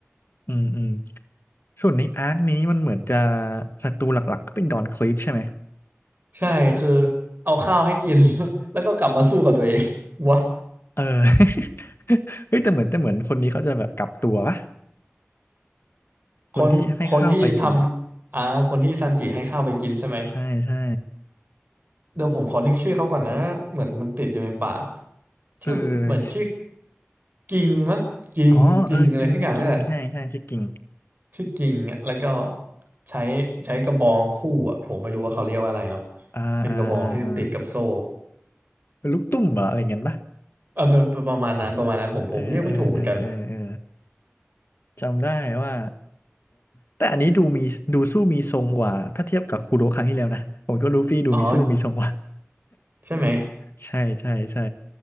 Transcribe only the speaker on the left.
อืมอืมส่วนในอาร์คนี้มันเหมือนจะศัตรูหลักๆก็เป็นดอนคลิกใช่ไหม
เออ <laughs> เฮ้ย แต่เหมือนแต่เหมือนคนนี้เขาจะแบบกลับตัวปะ
คนที่ให้ข้าวไปกินอ่ะ ใช่ใช่
เออ
ชิ
อ๋อ เออ กิ่งกิ่งใช่ใช่ชื่อกิ่ง
อ่าอ่าอ่าอ่า
ลูกตุ้มเหรออะไรเงี้ยปะ
เออเออเออเออเออจำได้ว่า แต่อันนี้ดูมีดูสู้มีทรงกว่า ถ้าเทียบกับคูโร่ครั้งที่แล้วนะ ผมก็ลูฟี่ดูมีสู้มีทรงกว่า
<laughs> ใช่ใช่ใช่